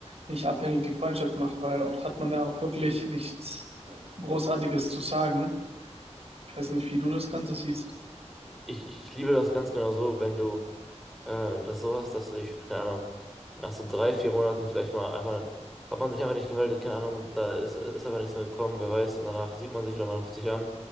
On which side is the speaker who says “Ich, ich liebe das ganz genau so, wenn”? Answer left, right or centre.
Centre